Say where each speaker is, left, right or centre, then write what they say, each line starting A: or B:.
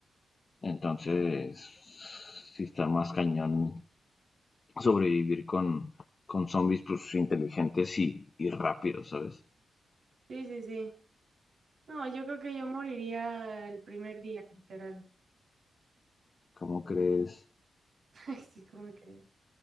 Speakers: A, on the left; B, on the right.
A: entonces sí está más cañón sobrevivir con, con zombies pues inteligentes y, y rápidos, ¿sabes?
B: Sí, sí, sí. No, yo creo que yo moriría el primer día, literal.
A: ¿Cómo crees?
B: <laughs> Ay, sí, ¿cómo creen?